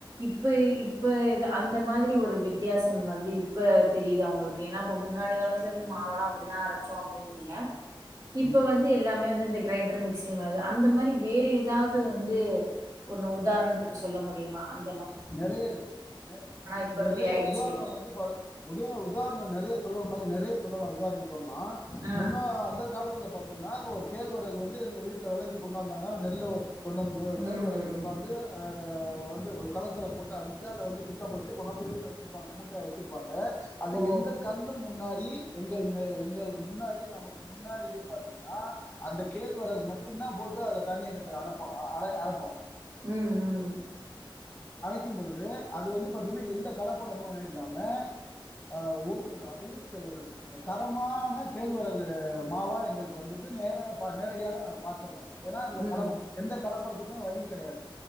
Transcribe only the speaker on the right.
இப்பயே இப்ப இது அந்த மாதிரி ஒரு வித்தியாசம் வந்து இப்ப தெரியிதா ஒங்களுக்கு ஏனா இப்ப முன்னாடி காலத்துல இருந்து மாவெல்லா அப்டிதா அரச்சோ அப்டின் நீங்க இப்ப
வந்து எல்லாமே வந்து இந்தக் கிரைண்டர் மிக்ஸி மாரி அந்த மாரி வேற எதாவ்து வந்து ஒன்னு உதாரணத்துக்கு சொல்ல முடியுமா அந்
இப்ப
இப்டி ஆயிடுச்சு
ஆ ஆ
ம்
ம்
ஓ
உம் உம்
ம்